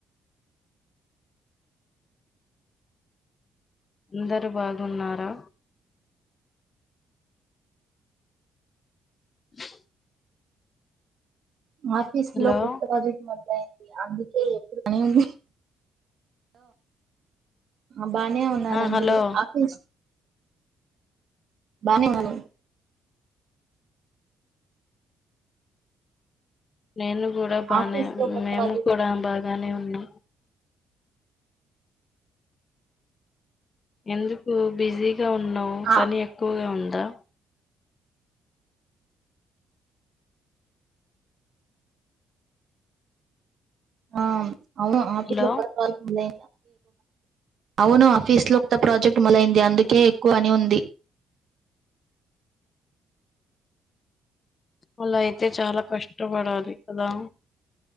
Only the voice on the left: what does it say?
అందరు బాగున్నారా <inaudible>
హలో!
ఆ!
హలో!
నేను కూడా బానే
మేము
కూడా బాగానే ఉన్నా ఎందుకు బిజీ గా ఉన్నావు
పని ఎక్కువగా ఉన్ దా
హలో!
అలా అయితే చాలా కష్టపడాలి కదా